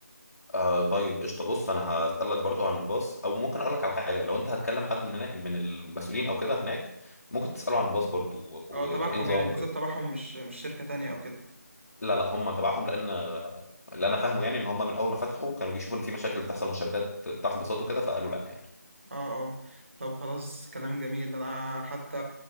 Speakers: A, on the left; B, on the right.
A: آه طيب قشطه بص انا هسالك برضو عن الباص او ممكن اقول لك على حاجه لو انت هتكلم حد من هناك من المسؤولين او كده هناك ممكن تساله عن الباص برضو و- وايه
B: اه تبعهم
A: نظامه
B: يعني الباصات
A: كده
B: تبعهم مش مش شركة تانية أو كده
A: لا لا هم تبعهم لان اللي انا فاهمه يعني ان هم من اول ما فتحوا كانوا بيشوفوا ان في مشاكل بتحصل من الشركات بتاعه الباصات وكده فقالوا لا يعني
B: اه اه طب خلاص كلام جميل انا حتى